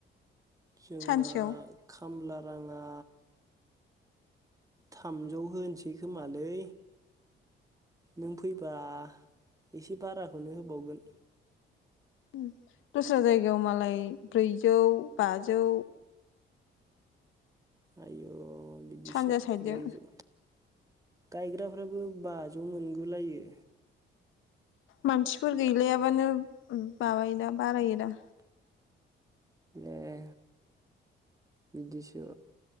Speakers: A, on the right; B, on the left.
A: जोंना
B: सानसेयाव?
A: खामला राङा थामजौ होनोसै खोमालै नों फैबा एसे बाराखोनो होबावगोन।
B: ओम दस्रा जायगायाव मालाय ब्रैजौ बाजौ।
A: आयौ। अ बिदिसो
B: सानजा साइदजों
A: ब्रैजौ? गायग्राफ्राबो बाजौ मोनगुलायो?
B: मानसिफोर गैलायाबानो ओम माबायो दा बारायोदा
A: ए बिदिसो?